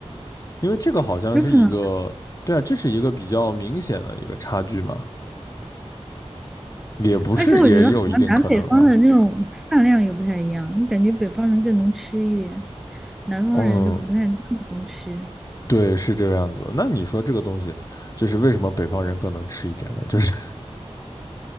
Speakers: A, on the left (about 30°); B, in the centre.
A: 因为这个好像是一个，
B: 有可能。
A: 对啊，这是一个比较明显的一个差距嘛，也不是，
B: 而且我觉得好像南北方的那种饭量也不太一样，
A: 也有一定可能啊。
B: 你感觉北方人更能吃一点，南方人就不太那么能吃。
A: 嗯，对，是这个样子的那你说这个东西，就是为什么北方人更能吃一点呢？就是